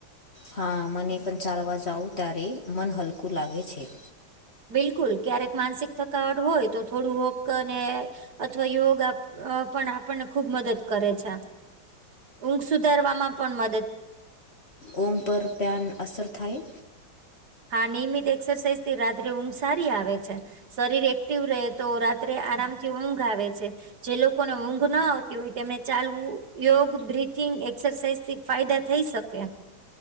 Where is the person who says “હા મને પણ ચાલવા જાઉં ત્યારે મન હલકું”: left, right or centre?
Left